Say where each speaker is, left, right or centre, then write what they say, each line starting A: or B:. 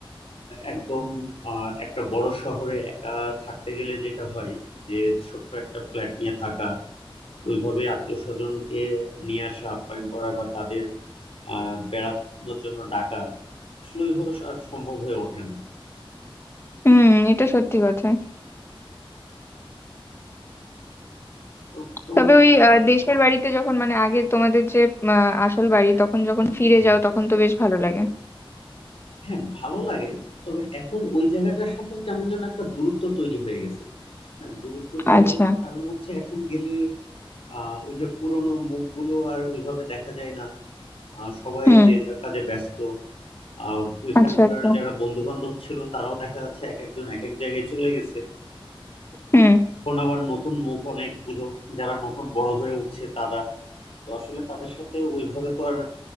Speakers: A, on the left; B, on the left.
A: একদম আহ, একটা বড় শহরে একা থাকতে গেলে যেটা হয় যে ছোট্ট একটা ফ্ল্যাট নিয়ে থাকা ওইভাবে আত্মীয় স্বজনকে নিয়ে আসা আপ্যায়ন করা বা তাদের আহ বেড়ানোর জন্য ডাকা আসলে ওইভাবে আর সম্ভব হয়ে ওঠে না
B: হুম এটা সত্যি কথা
A: তো তোমার
B: তবে ওই আহ, দেশের বাড়িতে যখন মানে আগে তোমাদের যে আহ, আসল বাড়ি তখন যখন ফিরে
A: হ্যাঁ
B: যাও
A: হ্যাঁ
B: তখন তো বেশ ভালো লাগে
A: হ্যাঁ, ভালো লাগে তবে এখন ওই জায়গাটার সাথে কেমন যেন একটা দূরত্ব তৈরি হয়ে গেছে হ্যাঁ দূরত্ব তৈরি
B: আচ্ছা
A: হয়ে গেছে কারণ হচ্ছে এখন গেলে আহ ওই যে পুরোনো মুখগুলো আর ওইভাবে দেখা যায় না আহ সবাই
B: হুম
A: যে যার কাজে ব্যস্ত আহ ওইখানকার
B: আচ্ছা আচ্ছা
A: যারা বন্ধু বান্ধব ছিল তারাও দেখা যাচ্ছে এক একজন এক এক জায়গায় চলে গেছে
B: হুম
A: এখন আবার নতুন মুখ অনেকগুলো যারা নতুন বড় হয়ে উঠছে তারা তো আসলে তাদের সাথে ওইভাবে তো আর